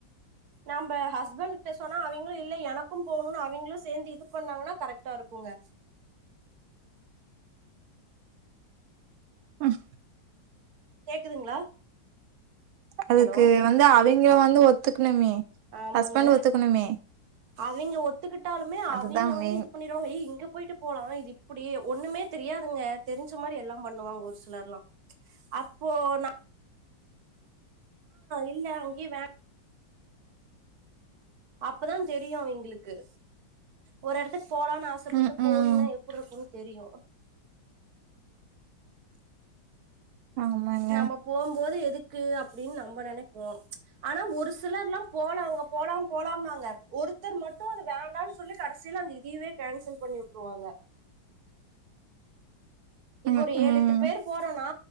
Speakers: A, on the right (about 55°); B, on the right (about 85°).
A: நம்ப ஹஸ்பண்டுட்ட சொன்னா அவிங்களு இல்ல எனக்கும் போவுணுன்னு அவிங்களு சேந்து இது பண்ணாங்கன்னா கரெக்டா இருக்குங்க
B: ம்
A: கேக்குதுங்களா
B: அதுக்கு
A: ஹலோ
B: வந்து அவிங்க வந்து ஒத்துக்கணுமே
A: ஆமாங்க
B: ஹஸ்பண்ட் ஒத்துக்கணுமே
A: அவிங்க ஒத்துக்கிட்டாலுமே
B: அதுதா
A: அவிங்க வந்து
B: மெயின்
A: இது பண்ணிட் ஓ ஏய் இங்க போய்ட்டு போலா இது இப்டி ஒன்னுமே தெரியாதுங்க தெரிஞ்ச மாரி எல்லா பண்ணுவாங்க ஒரு சிலர்லா அப்போ நா இல்ல அங்கியே வே அப்பதா தெரியு அவிங்களுக்கு ஒரு எடத்துக் போலான் ஆசப்பட்டு
B: ம்
A: போலினா
B: ம்
A: எப்டி இருக்குன் தெரியு
B: ஆமாங்க
A: நம்ம போம்போது எதுக்கு அப்டின் நம்ப நெனைப்போ ஆனா ஒரு சிலர் லா போலாங்க போலா போலாம்னாங்க ஒருத்தர் மட்டு அத வேண்டான் சொல்லி கடைசில அந்த இது லீவே கேன்சல் பண்ணி வுட்ருவாங்க இப்போ
B: ம்
A: ஒர்
B: ம்
A: ஏழெட்டு பேர் போறோன்னா